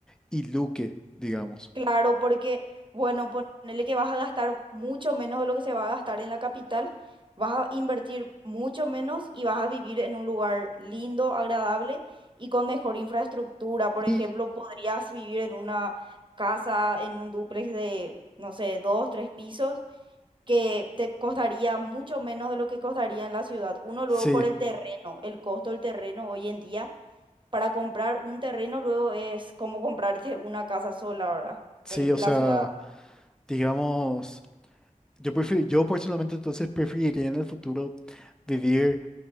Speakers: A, in the centre; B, on the right.
A: y Luque, digamos.
B: Claro, porque, bueno, ponerle que vas a gastar mucho menos de lo que se va a gastar en la capital, vas a invertir mucho menos y vas a vivir en un lugar lindo, agradable y con mejor infraestructura. Por
A: Y
B: ejemplo, podrías vivir en una casa, en un dúplex de, no sé, dos, tres pisos, que te costaría mucho menos de lo que costaría en la ciudad. Uno, luego
A: sí,
B: por el terreno, el costo del terreno hoy en día para comprar un terreno luego es como comprarte una casa sola, ¿verdad?
A: sí,
B: En
A: o sea,
B: la ciudad.
A: digamos, yo prefiero, yo personalmente entonces preferiría en el futuro vivir